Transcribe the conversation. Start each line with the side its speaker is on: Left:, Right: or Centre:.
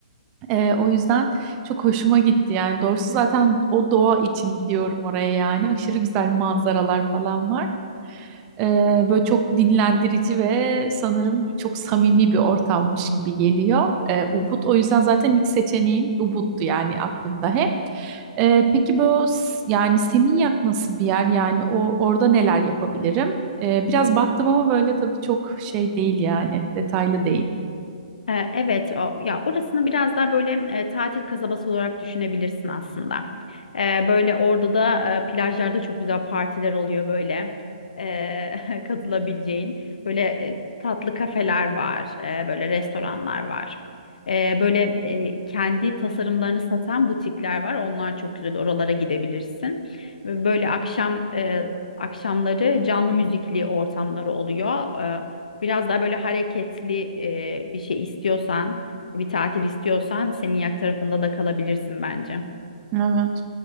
Right: Ee, o yüzden çok hoşuma gitti yani. Doğrusu zaten o doğa için gidiyorum oraya yani. Aşırı güzel manzaralar falan var. Ee, böyle çok dinlendirici ve sanırım çok samimi bir ortammış gibi geliyor. Ee, Ubud o yüzden zaten ilk seçeneğim Ubud'du yani aklımda hep. Ee, peki bu s- yani Seminyak nasıl bir yer? Yani o orada neler yapabilirim? Ee, biraz baktım ama böyle tabii çok şey değil yani detaylı değil.
Left: Ee, Evet, o, ya orasını biraz daha böyle e, tatil kasabası olarak düşünebilirsin aslında. Ee, böyle orada da e, plajlarda çok güzel partiler oluyor böyle e, <laughs> katılabileceğin. Böyle e, tatlı kafeler var, e, böyle restoranlar var. E, böyle e, kendi tasarımlarını satan butikler var. Onlar çok güzel. Oralara gidebilirsin. Ve Böyle akşam e, akşamları canlı müzikli ortamları oluyor. Biraz daha böyle hareketli e, bir şey istiyorsan, bir tatil istiyorsan Seminyak tarafında da kalabilirsin bence.
Right: Evet.